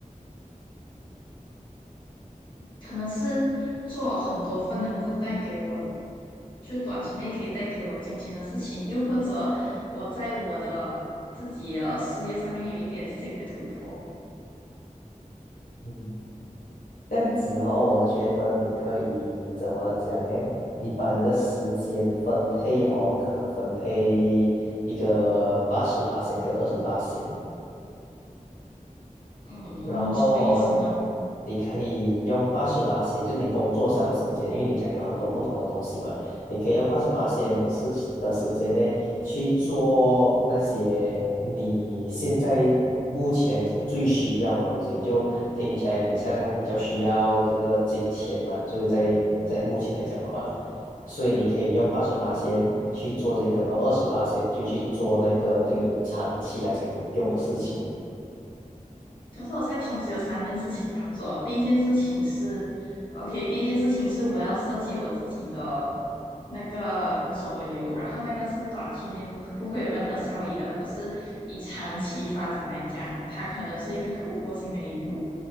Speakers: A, on the left (about 35°); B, on the left (about 75°).
A: 可能是做很多份能够带给我，就短期内可以带给我金钱的事情，又或者我在我的自己的事业上面有一点新的突破。
B: 嗯这样子哦，我觉得你可以怎么讲呢？你把你的时间分配哦，可能分配一个八十八线跟二十八线。
A: 嗯嗯，
B: 然后哦，
A: 什么意思呢？
B: 你可以用八十八仙，就是你工作上的时间，因为你讲你有很多不同的东西嘛，你可以用八十八仙的事情的时间呢，去做那些你现在目前来讲最需要的东西。就听起来你像比较需要这个金钱嘛，就是在在目前来讲的话，所以你可以用八十八仙去做这个，然后二十八仙就去做那个对你长期来讲有用的事情。
A: 可是我现在同时有三件事情要做。第一件事情是，OK，第一件事情是我要设计我自己的那个左右，然后那个是短期内不不会有任何效益的，可是以长期发展来讲，它可能是一个突破性的一步。